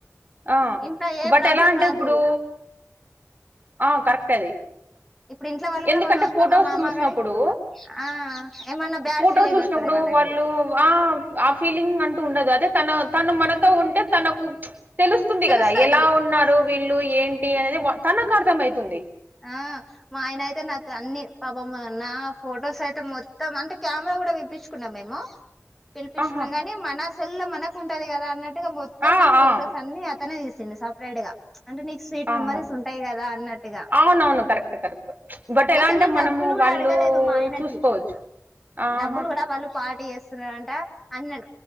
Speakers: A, on the right; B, in the centre.
A: ఆ
B: ఇంకా ఏ
A: బట్
B: ప్రాబ్లం
A: ఎలా అంటే
B: రాదు
A: ఇప్పుడు ఆ కరెక్ట్ అది
B: ఇప్పుడు ఇంట్లో వాళ్ళు
A: ఎందుకంటే
B: కూడా మా అత్త
A: ఫోటోస్
B: మా మామ
A: చూసినప్పుడు
B: గడి ఆ ఏమన్నా బ్యాడ్
A: ఫోటో
B: ఫీలింగ్
A: చూసినప్పుడు
B: వస్తది వాళ్ళకి
A: వాళ్ళు ఆ ఆ ఫీలింగ్ అంటూ ఉండదు అదే తన తన మనతో ఉంటే తనకు తెలుస్తుంది
B: తెలుస్తది
A: కదా ఎలా ఉన్నారు వీళ్ళు ఏంటి అనేది తనకు అర్థంమయితుంది
B: ఆ మా ఆయన అయితే నాతో అన్ని పాపమ్మా నా ఫొటోస్ అయితే మొత్తం అంటే కెమెరా కూడా విప్పించుకున్నాం మేము పిలిపించున్నాం
A: ఆహా
B: గాని మన సెల్లో మనకుంటది కదా అన్నట్టుగా మొత్తం
A: ఆ
B: నా ఫొటోస్
A: ఆ
B: అన్ని అతనే తీసిండి సెపరేట్గా అంటే నీకు స్వీట్
A: ఆహా
B: మెమరీస్ ఉంటాయి కదా అన్నట్టుగా
A: అవునవును కరెక్ట్ కరెక్ట్ బట్ ఎలా
B: అసలు
A: అంటే
B: నేను
A: మనము
B: డబ్బులు కూడా
A: వాళ్ళు
B: అడగలేదు మా ఆయనకి
A: చూసుకోవచ్చు ఆహా
B: డబ్బులు కూడా వాళ్ళు పాడు ఎస్తున్నరంట అన్న